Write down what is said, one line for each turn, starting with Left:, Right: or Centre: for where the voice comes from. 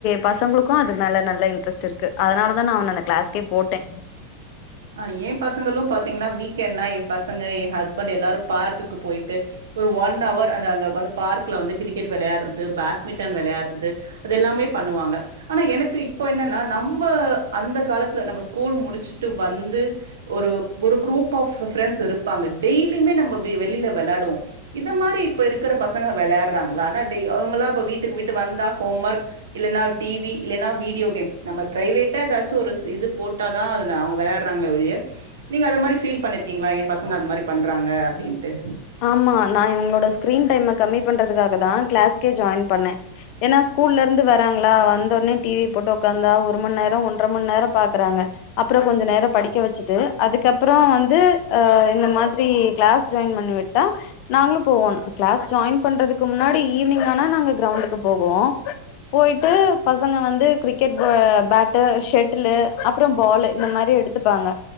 Left: பசங்களுக்கு அது மேல நல்லா இன்ட்ரெஸ்ட்டு இருக்கு அதனால தா நா அவன அந்த கிளாஸ்கே போட்டே
Right: அ என் பசங்களு பாத்தீங்ன்னா வீக்கெண்ட்னா என் பசங்க என் ஹஸ்பண்ட் எல்லாரு பார்க்குக்கு போயிட்டு ஒரு ஒன் அவர் அந்த அந்த ஒக்காந்து பார்க்ல வந்து கிரிக்கெட் வெளையாட்றது பேட்மிண்டன் வெளையாட்றது அதெல்லாமே பண்ணுவாங்க ஆனா எனக்கு இப்ப என்னன்னா நம்ம அந்த காலத்துல நம்ம ஸ்கூல் முடிஸ்ட்டு வந்து ஒரு ஒரு குரூப் ஆஃப் பிரெண்ட்ஸ் இருப்பாங்க டெய்லியுமே நம்ம வெளில வேளாடுவோ இத மாரி இப்ப இருக்கிற பசங்க வேளாட்றாங்களா ஆனா டேய் அவுங்கலா இப்ப வீட்டுக்கு விட்டு வந்தா ஹோம் ஒர்க் இல்லன்னா டி வி இல்லைன்னா வீடியோ கேம்ஸ் நம்ம பிரைவேட்ட ஏதாச்சு ஒரு இது போட்டா தா அது அவு வேளயாட்றாங்களே ஒழிய நீங்க அத மாரி ஃபீல் பண்ணிருக்கீங்களா என் பசங்க அந்மாரி பண்றாங்க அப்டின்ட்டு
Left: ஆமா நா இவங்ளோட ஸ்க்ரீன் டைம்ம கம்மி பண்றதுக்காக தா கிளாஸ்கே ஜாயின் பண்ணே ஏன்னா ஸ்கூல்லேர்ந்து வராங்களா வந்த ஒன்னே டி வி போட்டு ஒக்காந்தா ஒருமணி நேரோ ஒன்ற மணி நேரோ பாக்றாங்க அப்றோ கொஞ்ச நேரோ படிக்கவேச்சுட்டு அதுக்கப்றோ வந்து அ இந்த மாத்ரி கிளாஸ் ஜாயின் பண்ணிவிட் டா நாங்ளு போவோ கிளாஸ் ஜாயின் பண்றதுக்கு முன்னாடி ஈவினிங் ஆனா நாங்க கிரௌண்டுக்கு போவோ போயிட்டு பசங்க வந்து கிரிக்கெட் ப பேட்டு ஷேட்டுலு அப்றோ பாலு இந்மாரி எடுத் த்துபாங்க